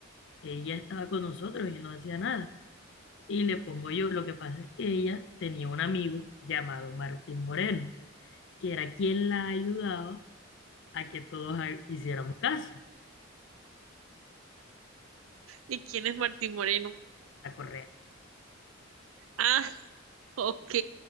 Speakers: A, on the left; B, on the right.
A: ella estaba con nosotros y no hacía nada. Y le pongo yo, lo que pasa es que ella tenía un amigo llamado Martín Moreno. que era quien la ayudaba a que todos ha- hiciéramos caso,
B: ¿Y quién es Martín Moreno?
A: la correa.
B: Ah, <laughs> ok,